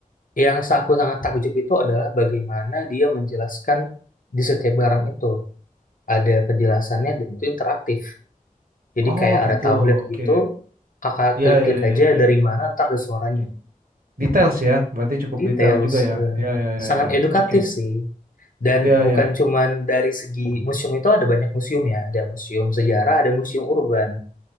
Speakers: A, on the left; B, on the right.
A: yang sa- aku sangat takjub itu adalah bagaimana dia menjelaskan di setiap barang itu. ada penjelasannya dan itu interaktif. Jadi
B: Oh
A: kayak
B: gitu.
A: ada tablet
B: Oke.
A: gitu, kakak
B: Ya
A: klik-klik
B: ya
A: aja
B: ya ya.
A: dari mana ntar ada suaranya.
B: Details ya. Berarti cukup
A: Details,
B: detail juga ya.
A: eh,
B: Ya ya ya
A: sangat
B: ya.
A: edukatif
B: Oke.
A: sih. Dan
B: Ya
A: bukan
B: ya.
A: cuman dari segi museum itu ada banyak museum ya, ada museum sejarah, ada museum urban.